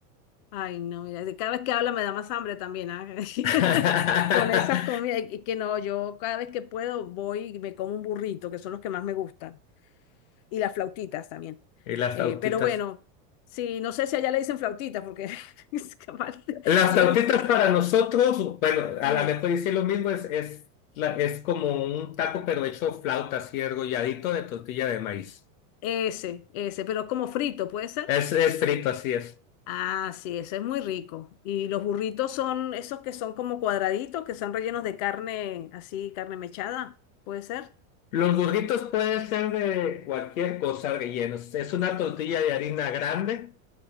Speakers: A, on the left; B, on the left.
A: Ay, no, mira, de cada vez que habla me da más hambre también, ah, <laughs>
B: <laughs>
A: Con esas comidas, y que no, yo cada vez que puedo voy y me como un burrito, que son los que más me gustan, y las flautitas también.
B: Y las
A: Eh,
B: flautitas.
A: pero bueno, sí, no sé si allá le dicen flautitas, porque <laughs> es capaz,
B: Las
A: yo
B: flautitas
A: le digo,
B: para nosotros, bueno, a
A: sí,
B: lo mejor decir lo mismo, es, es, la- es como un taco pero hecho flauta, así argolladito de tortilla de maíz.
A: ese, ese, pero como frito, ¿puede ser?
B: Es, es frito, así es.
A: Ah, sí, eso es muy rico. Y los burritos son esos que son como cuadraditos, que son rellenos de carne, así, carne mechada, ¿puede ser?
B: Los burritos pueden ser de cualquier cosa rellenos. Es una tortilla de harina grande.